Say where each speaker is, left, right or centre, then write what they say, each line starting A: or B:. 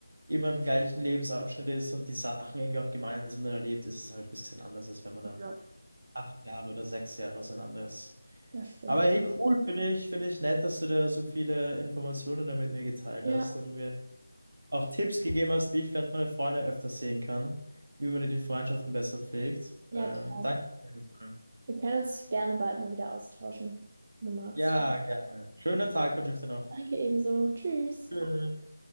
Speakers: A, on the right; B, on the right.
A: immer im gleichen Lebensabschnitt ist und die Sachen irgendwie auch gemeinsam dann erlebt, ist es halt ein bisschen anders, als wenn man
B: ja,
A: dann acht Jahre oder sechs Jahre auseinander ist.
B: das stimmt.
A: Aber hey, cool, finde ich, finde ich nett, dass du da so viele Informationen da mit mir geteilt
B: Ja,
A: hast und wir auch Tipps gegeben hast, wie ich vielleicht meine Freunde öfters sehen kann, wie man die Freundschaften besser pflegt.
B: ja,
A: Ähm,
B: klar.
A: danke. auf jeden Fall.
B: Wir können uns gerne bald mal wieder austauschen, wenn du magst.
A: Ja, gerne. Schönen Tag wünsche ich dir noch.
B: Danke ebenso. Tschüss.
A: Tschüss.